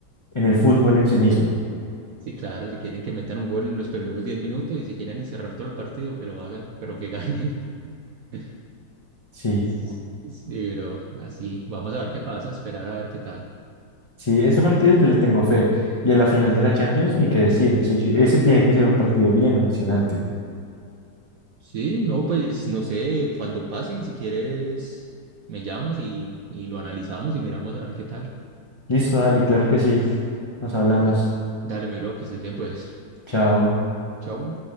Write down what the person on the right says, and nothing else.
Sí, claro, si quieren que metan un gol en los primeros 10 minutos y si quieren encerrar todo el partido, que lo hagan, pero que ganen. <laughs>
Sí, sí, sí, pero así, vamos a ver qué pasa, esperar a ver qué tal.
Sí, no, pues no sé, cuando pasen, si quieres, me llamas y, y lo analizamos y miramos a ver qué tal.
Da- dale, miro, que estés bien, pues.
Chau.